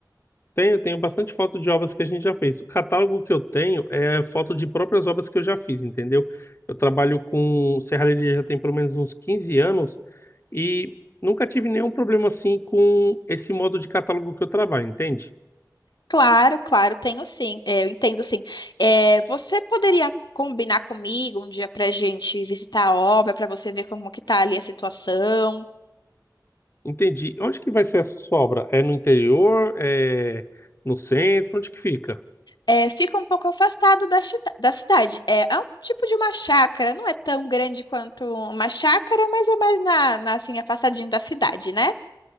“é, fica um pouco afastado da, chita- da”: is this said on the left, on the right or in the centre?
Left